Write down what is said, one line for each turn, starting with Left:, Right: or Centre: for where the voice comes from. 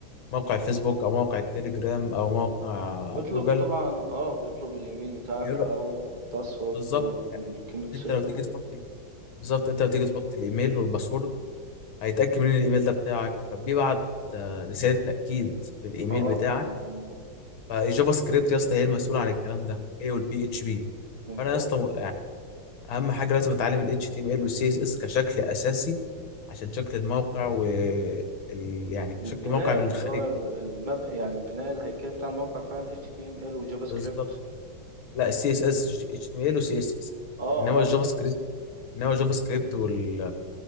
Left: موقع الفيسبوك او موقع التليجرام او موقع
Right: بيطلب
Left: جوجل
Right: طبعا اه بيطلب الايميل بتاعك
Left: بيقول
Right: او
Left: لك
Right: الباسورد
Left: بالظبط يعني
Right: والكلمة سر
Left: انت لما
Right: وكده
Left: تيجي تحط بالظبط انت لما تيجي تحط الايميل والباسورد هيتاكد من الايميل ده بتاعك فبيبعت آه، رساله تاكيد للايميل
Right: اه
Left: بتاعك
Right: آه،
Left: فالجافا سكريبت يا اسطى هي المسؤوله عن الكلام ده هي والبي اتش بي
Right: ممتاز
Left: فانا يا اسطى
Right: والله.
Left: اهم حاجه لازم اتعلم ال HTML وال CSS كشكل اساسي عشان شكل الموقع و ال... يعني كشكل
Right: البناء
Left: موقع من
Right: اللي
Left: الخارج
Right: هو ال- المب... يعني البناء الهيكلي بتاع الموقع فعلا HTML وجافا سكريبت
Left: بالظبط لا ال CSS HTML وال CSS
Right: اه
Left: انما الجافا
Right: اه
Left: سكريبت انما الجافا سكريبت وال